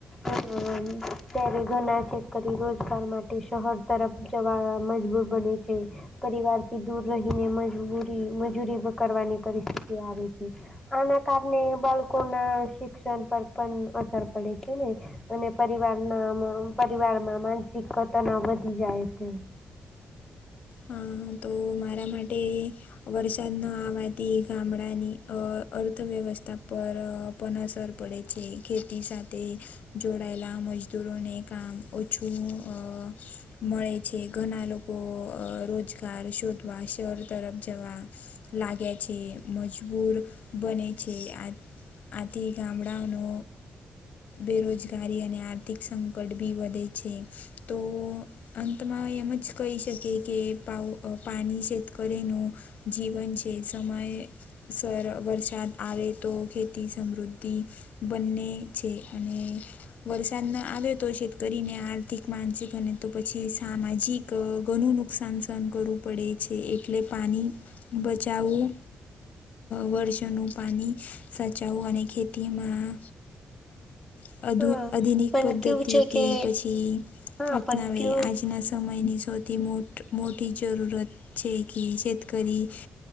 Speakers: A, in the centre; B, on the left.
A: <unintelligible> ત્યારે ઘણા <unintelligible> રોજગાર માટે શહેર તરફ જવા મજબૂર બને છે. પરિવાર થી દૂર રહીને મજબૂરી મજૂરી કરવાની પરિસ્થિતિ આવે છે. આના કારણે બાળકો ના શિક્ષણ પર પણ અસર પડે છે ને અને પરિવાર ના પરિવારમાં માનસિક ઘટનો વધી જાય છે.
B: હા તો મારા માટે વરસાદ ન આવવાથી ગામડાની અ અર્થવ્યવસ્થા પર પણ અસર પડે છે ખેતી સાથે જોડાયેલા મજદૂરોને કામ ઓછું અ મળે છે ઘણા લોકો રોજગાર શોધવા શહેર તરફ જવા લાગે છે. મજબૂર બને છે આ આથી ગામડાઓનો બેરોજગારી અને આર્થિક સંકટ ભી વધે છે. તો અંતમાં એમ જ કહી શકી એ કે પાઉ પાણી શેતકરી નું જીવન જે સમયે સર વરસાદ આ આવે તો ખેતી સમૃદ્ધિ બંને છે અને વરસાદ ના આવે તો શેત કરીને આર્થિક માનસિક અને તો પછી સામાજિક ઘણું નુકસાન સહન કરવું પડે છે એટલે પાણી બચાવવું વર <unintelligible> નું પાણી સાચાવું અને ખેતીમાં <unintelligible> અધુ
A: હા
B: આધુનિક
A: પણ
B: પદ્ધતિતી
A: કેવું છે કે
B: પછી
A: હા
B: અપનાવે
A: પણ કેવું
B: આજના સમયની શોધ થી મો મોટી જરૂરત છે કે શેતકરી